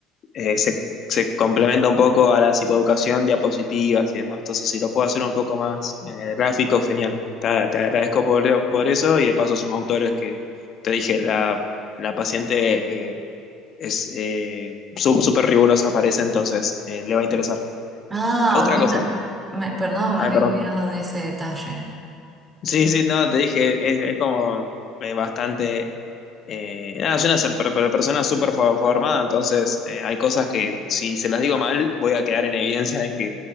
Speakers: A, on the left; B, on the right.
A: eh, se, se complementa un poco a la psicoeducación, diapositivas y demás. Entonces, si lo puedo hacer un poco más eh, gráfico, genial. Ta- Te, agradezco por, por eso y de paso son autores que te dije, la, la paciente eh, es eh, su- súper rigurosa, parece, entonces eh, le va a interesar.
B: Ah,
A: Otra
B: ok,
A: cosa.
B: ma- me- perdón,
A: Ay,
B: me había
A: perdón.
B: olvidado de ese detalle.
A: Sí, sí, no, te dije, es, es como eh, bastante... eh, nada, soy una se- per- per- persona súper fa- formada, entonces eh, hay cosas que si se las digo mal voy a quedar en evidencia de que